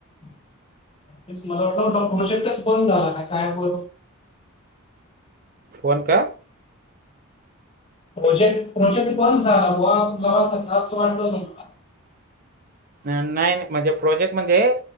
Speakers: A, on the left (about 25°); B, on the right (about 40°).
A: तेच मला वाटल प्रोजेक्टच बंद झाला का काय.
B: फोन का.
A: प्रोजेक्ट प्रोजेक्ट बंद झाला बुवा <unintelligible> असं वाटलं होतं मला.
B: नाही नाही म्हणजे प्रोजेक्ट मध्ये.